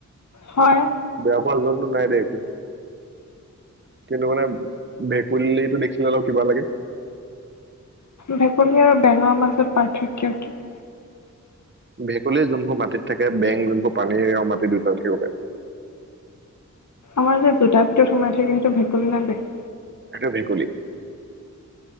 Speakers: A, on the left; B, on the right.
A: হয়
B: বেয়া পোৱা জন তোৰ নাই দে একো। কিন্তু মানে ভেঁকুলীটো দেখিলে অলপ কিবা লাগে।
A: ভেঁকুলী আৰু বেংৰ মাজত পাৰ্থক্য কি?
B: ভেঁকুলী যোনবোৰ মাটিত থাকে বেং যোনবোৰ পানী আৰু মাটিত দুটা থাকিব পাৰে।
A: আমাৰ যে জোতাৰ ভিতৰত সোমাই থাকে সেইটো ভেকুলী নে বেং?
B: সেইটো ভেঁকুলী।